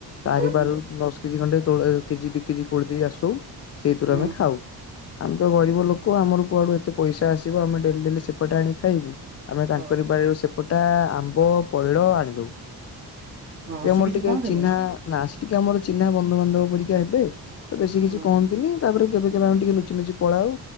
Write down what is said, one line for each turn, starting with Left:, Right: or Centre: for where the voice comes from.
Left: ତାରି ବାରରୁ
Right: ହୁଁ
Left: ଦଶ କେଜି ଖଣ୍ଡେ ତଳ କେଜି ଦ। କିଛି କୋ ଦେଇ ଆସ ସେଇଥିରୁ
Right: ହୁଁ
Left: ଆମେ ଖାଉ। ଆମେ ତ ଗରିବ ଲୋକ ଆମର କୁଆଡୁ ଏତେ ପଇସା ଆସିବ ଆମେ ଡେଲି ଡେଲି ସେପଟେ ଆଣି ଖାଇବୁ। ଆମେ ତାଙ୍କରି
Right: ଓହୋ
Left: ବାଡ଼ିରୁ ସେପଟା ଆମ୍ବ ପଇଳ ଆଣିଦଉ।
Right: ଓହୋ
Left: ସେ ମୋର
Right: କିଛି
Left: ଟିକେ
Right: କହନ୍ତିନି
Left: ଚିହ୍ନା ନାସ। ଟିକେ ଆମର ଚିହ୍ନା ବନ୍ଧୁବାନ୍ଧବ ପରିକକ୍ଷା ହେବେ ତ ବେଶୀ କିଛି
Right: ହଁ
Left: କହନ୍ତିନି। ତାପରେ କେବେ କେବେ ଆମେ ଟିକେ ନୁଚି ନୁଚି ପଳା ଆଉ